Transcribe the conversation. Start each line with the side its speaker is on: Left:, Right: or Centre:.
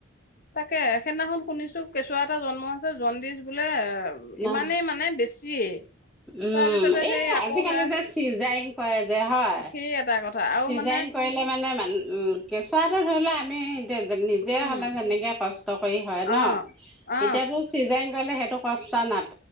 Left: তাকে সেইদিনাখন শুনিছোঁ কেঁচুৱা এটা জন্ম আছে জণ্ডিছ বোলে আৰু
Centre: উম
Left: ইমানেই মানে বেছিয়ে।
Centre: উম
Left: তাৰপিছতে
Centre: এই
Left: সেই আকৌ
Centre: আজিকালি
Left: সেয়া
Centre: যে চিজাৰিং কৰে যে হয়।
Left: সেই এটা কথা আৰু
Centre: চিজাৰিন
Left: মানে
Centre: কৰিলে মানে মান কেঁচুৱাটো ধৰি লোৱা আমি নিজে
Left: উম
Centre: হ'লে যেনেকে কষ্ট কৰি হয় ন
Left: অ অ
Centre: এতিয়াতো চিজাৰিন গ'লে সেইটো কষ্ট নাপায়।